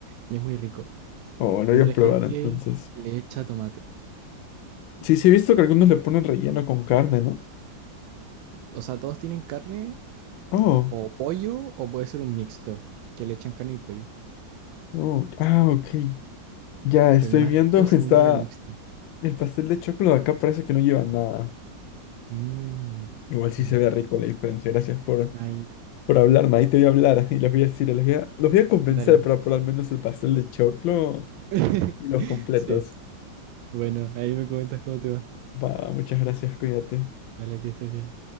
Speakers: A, on the right (about 90°); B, on the left (about 85°).
A: y es muy rico.
B: oh, lo
A: Y
B: voy
A: otra
B: a probar
A: gente
B: entonces.
A: le echa tomate.
B: Sí, sí, he visto que algunos le ponen relleno con carne, ¿no?
A: O sea, todos tienen carne
B: Oh,
A: o pollo o puede ser un mixto, que le echan carne y pollo.
B: oh, ah, ok. Ya estoy
A: Pero el más
B: viendo,
A: rico,
B: <laughs>
A: según
B: está
A: yo, es el bueno. mixto.
B: el pastel de choclo de acá parece que no lleva nada.
A: Mm,
B: Igual sí
A: ya.
B: se ve rico la diferencia. Gracias por,
A: Ahí,
B: por hablarme. Ahí te voy a hablar y les voy a decir, les voy a, los voy a convencer
A: dale.
B: para por al menos el pastel de choclo
A: <laughs>
B: y los completos.
A: Sí, bueno, ahí me comentas cómo te va.
B: Va, muchas gracias, cuídate.
A: Dale, que estés bien.